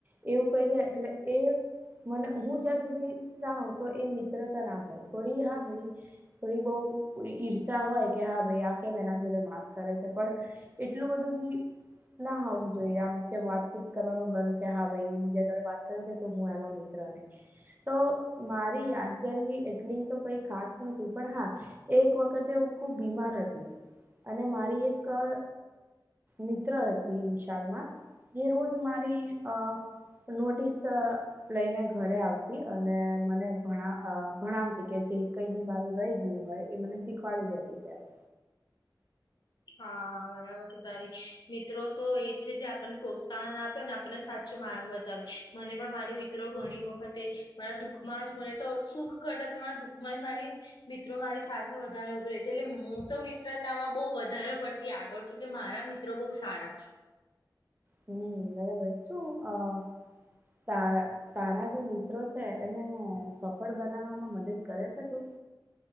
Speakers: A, on the right; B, on the left.
A: એવું કહીને એટલે એ મને હું જ્યાં સુધી જાણું તો એ મિત્રતા ના હોય. થોડી હા ભઈ થોડી બહુ <unintelligible> ઈર્ષા હોય ક કે હા ભાઈ આ કેમ એના જોડે વાત કરે છે. પણ એટલું બધું ભી ના હોવું જોઈએ આમ, કે વાતચીત કરવાનું બંધ, કે હા ભાઈ ઈ બીજા જોડે વાત કરે છે તો હું એનો મિત્ર નહીં. તો મારી યાદગારી એટલી તો કંઈ ખાસ નથી, પણ હા એક વખતે હુ ખુબ બીમાર હતી. અને મારી એક અહ મિત્ર હતી ઈ નિશાળ માં. જે રોજ મારી અહ નોટીસ અહ તેના ઘરે આવતી. અને મને ભણા અહ ભણાવતી, કે જે કંઈ બી મારું રહી ગયું હોય, એ મને શીખવાડી જતી ત્યારે.
B: હા, બરાબર છે તારી. મિત્રો તો એ છે જે આપણને પ્રોત્સાહન આપે ને આપણને સાચ ચો માર્ગ બતાવે. મને પણ મારી મિત્રો ઘણી વખતે મારા દુઃખ માં જ મને તો સુખ કરતા તો મારા દુખ માં જ મારી મિત્રો મારી સાથે વધારે ઉભી રહે છે. એટલે હું તો મિત્રતામાં બહુ વધારે પડતી આગળ છું, કે મારા મિત્ મિત્રો બહુ સારા છે.
A: હમ્મ બરાબર છે. શું અહ તા તારા જે મિત્રો છે એને સફળ બનાવવામાં મદદ કરે છે તું?